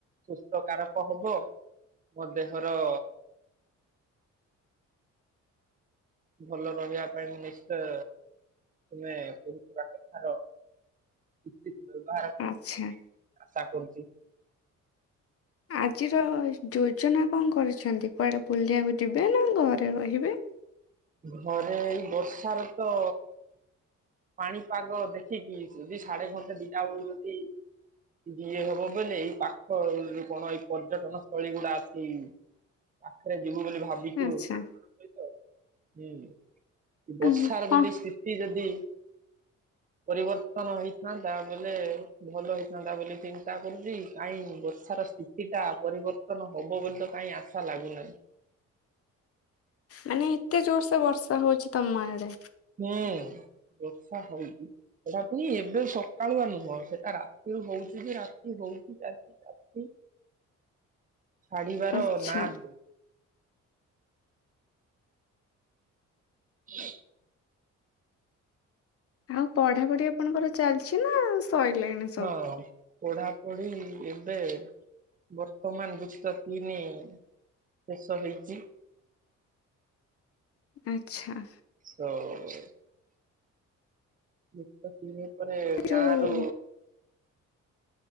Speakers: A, on the right; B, on the left.
A: ସୁସ୍ଥ କାରକ ହବ ମୋ ଦେହର ଭଲରେ ରହିବା ପାଇଁ ମୁଁ ନିଶ୍ଚୟ ତୁମେ କହୁଥିବା କଥାର ଠିକ୍ ବ୍ୟବହାର କର
B: ଆଚ୍ଛା
A: ବୋଲି ଆଶା କରୁଚି।
B: ଆଜିର ଯୋଜନା କଣ କରିଛନ୍ତି କୁଆଡ଼େ ବୁଲିବାକୁ ଯିବେନା ଘରେ ରହିବେ?
A: ଘରେ ଏଇ ବର୍ଷାରେ ତ ପାଣିପାଗ ଦେଖିକି ଯଦି ସାଢେ ଘଣ୍ଟା ଦିଟା ବେଳକୁ ଯଦି ଇଏ ହବ ବେଲେ ଏଇ ପାଖ <inaudible> କଣ ଏଇ ପର୍ଯ୍ୟଟନ ସ୍ଥଳୀ ଗୁଡ଼ା ଆଛି। ପାଖରେ ଯିବୁ ବୋଲି ଭାବିଛୁ।
B: ଆଚ୍ଛା
A: ସହିତ ହୁଁ ବର୍ଷାର
B: ଉଁ କଣ
A: ଯଦି ସ୍ଥିତି ଯଦି ପରିବର୍ତ୍ତନ ହେଇଥାନ୍ତା ବୋଲେ ଭଲ ହେଇଥାନ୍ତା ବୋଲି ଚିନ୍ତା କରୁଛି କାଇଁ ବର୍ଷାର ସ୍ଥି କିଛିଟା ପରିବର୍ତ୍ତନ ହବ ବୋଲିତ କାଇଁ ଆଶା ଲାଗୁନାହିଁ।
B: ମାନେ ଏତେ ଜୋରସେ ବର୍ଷା ହଉଚି ତମ ଆଡ଼େ।
A: ହୁଁ ଏତେ ହଉଛିି। ସେଟା ପୁଣି ଏବେ ସକାଳୁଆ ନୁହଁ ସେଟା ରାତିରୁୁ ହଉଚି ଯେ ରାତି ହଉଚି ଚା ଚାଲିଚି ଛାଡ଼ିବାର
B: ଆଚ୍ଛା
A: ନାଧରୁ <inaudible>
B: ଆଉ ପଢାପଢି ଆପଣଙ୍କର ଚାଲିଚି ନା ଶଇଲାଣି।
A: ହଉ। ପଢାପଢି ଏବେ ବର୍ତ୍ତମାନ ଯୁକ୍ତ ତିନି ଶେଷ ହେଇଚି।
B: ଆଚ୍ଛା।
A: ତ <unintelligible> <unintelligible> ଭିତରେ
B: ଯୋଉ
A: ଗାଁରୁ